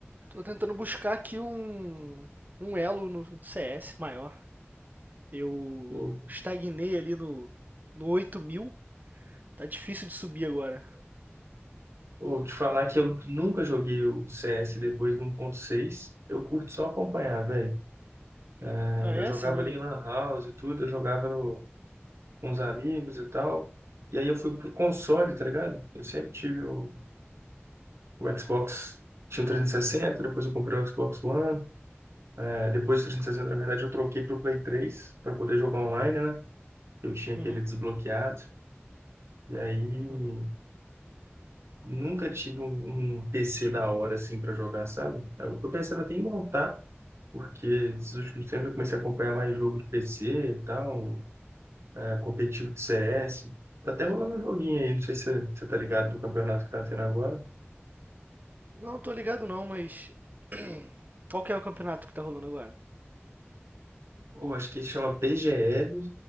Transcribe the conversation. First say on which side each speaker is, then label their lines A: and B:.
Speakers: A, on the right (about 40°); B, on the right (about 80°).
A: tô tentando buscar aqui um, um elo no CS maior. Eu
B: Vou,
A: estagnei ali no, no oito mil Tá difícil de subir agora.
B: vou te falar que eu nunca joguei o CS depois do 1.6. Eu curto só acompanhar, velho. É,
A: Ah, essa?
B: Eu jogava
A: eu Não.
B: ali em Lan House e tudo, eu jogava no- com os amigos e tal. E aí eu fui pro console, tá ligado? Eu sempre tive o, o Xbox, tinha o 360, depois eu comprei o Xbox One. É, depois do 360, na verdade, eu troquei pro Play 3 para poder jogar online, né? Eu tinha aquele
A: Uhum,
B: desbloqueado. E aí,
A: uhum.
B: nunca tive um, um PC da hora, assim, para jogar, sabe? Eu tô pensando até em montar, porque esses últimos tempos eu comecei a acompanhar mais jogo de PC e tal, é, competitivo de CS. Tá até rolando um joguinho aí, não sei se você você tá ligado do campeonato que tá tendo agora.
A: Não, tô ligado não, mas. <clears throat> Qual que é o campeonato que tá rolando agora?
B: Ou acho que chama PGL